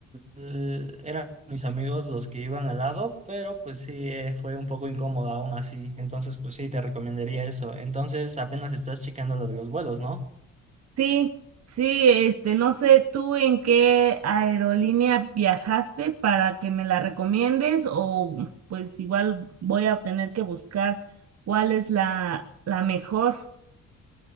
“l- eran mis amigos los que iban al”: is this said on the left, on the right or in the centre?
Right